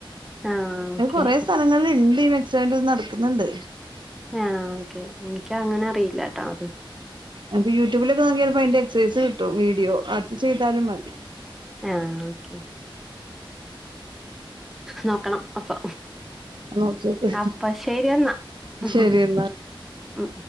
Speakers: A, in the centre; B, on the right.
A: ആഹ്
B: അത്
A: ഓക്കെ
B: കൊറെ സ്ഥലങ്ങളിൽ ഇണ്ട് ഈ മെക്സാമ നടക്ക്ന്ന്‌ണ്ട്
A: ആ ഓക്കെ ഇൻക്ക അങ്ങനെ അറിയില്ല ട്ടോ അത്
B: അ യൂട്യൂബിലൊക്കെ വാങ്ങിയപ്പോ അതിന്റെ എക്സസൈസ് കിട്ടും വീഡിയോ അത് ചെയ്താലും മതി
A: ആഹഓക്കെ നോക്കണം അപ്പൊ
B: നോക്കി നോക്ക്
A: അപ്പ ശരിയെന്നാ ഉം
B: ശരി എന്നാ
A: ഉ